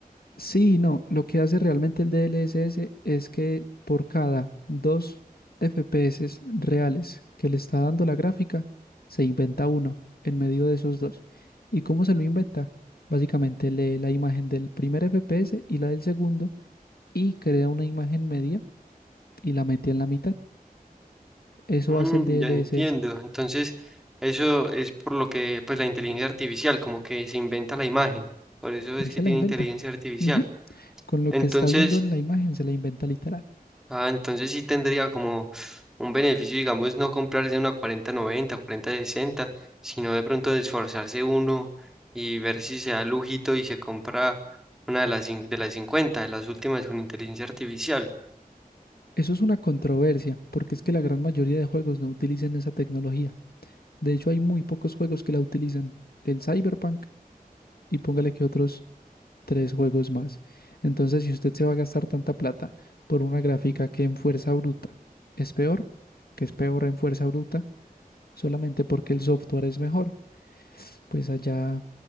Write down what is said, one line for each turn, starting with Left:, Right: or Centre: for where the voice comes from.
Left: Sí, no, lo que hace realmente el DLSS es que por cada dos FPS reales que le está dando la gráfica, se inventa uno en medio de esos dos. ¿Y cómo se lo inventa? Básicamente lee la imagen del primer FPS y la del segundo y crea una imagen media y la mete en la mitad. Eso
Centre: Mm,
Left: hace el DLSS.
Centre: ya entiendo. Entonces, eso es por lo que pues la inteligencia artificial, como que se inventa la imagen. Por eso es
Left: Él
Centre: que
Left: se
Centre: tiene
Left: la inventa.
Centre: inteligencia artificial.
Left: Ujú. Con lo
Centre: Entonces,
Left: que está viendo en la imagen se la inventa literal.
Centre: Ah, entonces sí tendría como un beneficio, digamos, no comprarse una cuarenta noventa, cuarenta sesenta, sino de pronto de esforzarse uno y ver si se da lujito y se compra una de las, cin- de las 50, de las últimas con inteligencia artificial.
Left: Eso es una controversia, porque es que la gran mayoría de juegos no utilizan esa tecnología. De hecho, hay muy pocos juegos que la utilizan. El Cyberpunk y póngale que otros tres juegos más. Entonces, si usted se va a gastar tanta plata por una gráfica que en fuerza bruta es peor, que es peor en fuerza bruta, solamente porque el software es mejor, pues allá